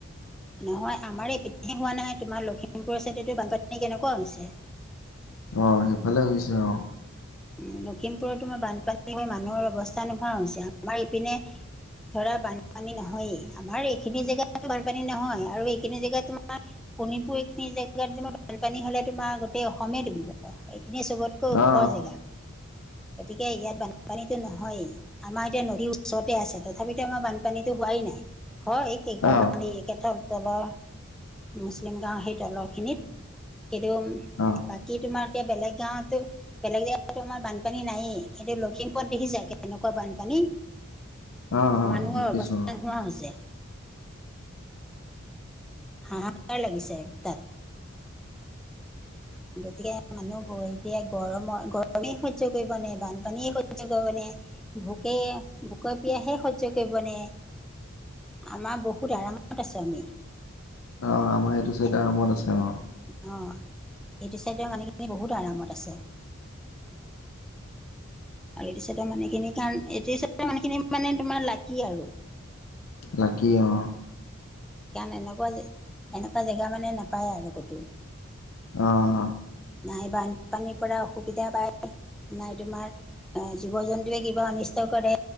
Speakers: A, in the centre; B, on the left.
A: নহয় আমাৰ এই এইখিনিত হোৱা নাই। তোমাৰ লখিমপুৰ চাইদে টো বানপানী কেনেকুৱা হৈছে।
B: অঁ, সেইফালে হৈছে, অঁ।
A: উম লখিমপুৰত তোমাৰ বানপানী হৈ মানুহৰ অৱস্থা নোহোৱা হৈছে। আমাৰ এইপিনে- ধৰা বানপানী নহয়েই, আমাৰ এইখিনি জেগাত বানপানী নহয়, আৰু এইখিনি জেগাত তোমাৰ- শোণিতপুৰ এইখিনি জেগাত তোমাৰ বানপানী হলে তোমাৰ গোটেই অসমেই ডুবিব। এইখিনিয়ে চবত- কৈ ওখৰ
B: অ
A: জেগা। গতিকে, ইয়াত বানপানীতো নহয়েই। আমাৰ এতিয়া নদীৰ ওচৰতে আছে। তথাপিতো আমাৰ বানপানীতো হোৱাই নাই, হয়। কেইঘৰ
B: অ
A: মানে এই এতিয়া ধৰ তলৰ- মুছলিম গাঁওৰ সেই তলৰখিনিত এদম-
B: অঁহ'
A: বাকী তোমাৰ এতিয়া বেলেগ গাঁৱত টো বেলেগে জেগাততো আমাৰ বান- পানী নায়েই, কিন্তু লখিমপুৰত দেখিছা কেনেকুৱা বানপানী।
B: অ অ
A: মানুহৰ
B: দেখিছো
A: অৱস্থা
B: অ
A: নোহোৱা হৈছে। হাহা কাৰ লাগিছে তাত। গতিকে, মানুহ বোৰ এতিয়া গৰমৰ গৰমেই সহ্য কৰিব নে, বানপানীয়ে সহ্য কৰিব নে? ভোকেই, ভোকৰ পিয়াহে সহ্য কৰিব নে? আমাৰ বহুত আৰামত আছো আমি।
B: অঁ আমাৰ এইটো চাইডে আৰামত আছে অঁ।
A: অঁ' এইটো চাইডে মানুহখিনি বহুত আৰামত আছে। আৰু এইটো চাইডৰ মানুহখিনি কাৰন, এইটো চাইডৰ মানুহখিনি মানে তোমাৰ লাকি আৰু।
B: লাকি অঁ'।
A: কাৰণ এনেকুৱা জে, এনেকুৱা জেগা মানে নাপায় আৰু ক'তো।
B: অঁ'
A: নাই বান পানীৰ পৰা অসুবিধা পায়, নাই তোমাৰ অ জীৱ জন্তুৱে কিবা অনিষ্ট কৰে।